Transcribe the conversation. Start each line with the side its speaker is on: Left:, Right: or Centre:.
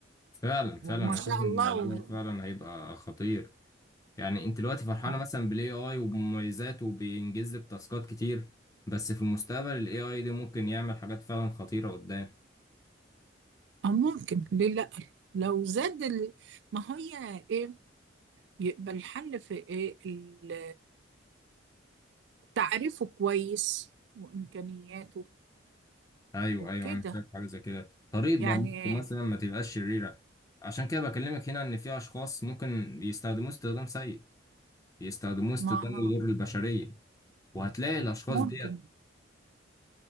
Left: فعلا فعلا
Right: وما
Left: أنا
Right: شاء
Left: شايف إن
Right: الله
Left: الموضوع
Right: و...
Left: فعلا هيبقى خطير يعني أنت دلوقتي فرحانة
Right: آه.
Left: مثلا بال AI وبمميزاته وبينجز لك تاسكات كتير بس في المستقبل ال AI دي ممكن يعمل حاجات فعلا خطيرة قدام
Right: أو ممكن ليه لأ لو زاد ال... ما هي إيه يبقى الحل في إيه ال- تعريفه كويس وإمكانياته
Left: ايوه
Right: وكده
Left: ايوه انا شايف حاجه زي كده طريقه
Right: يعني
Left: برمجته مثلا ما تبقاش شريره عشان كده بكلمك هنا ان في اشخاص ممكن يستخدموه استخدام سيء يستخدموه استخدام
Right: ما
Left: يضر البشريه وهتلاقي الاشخاص
Right: ممكن
Left: ديت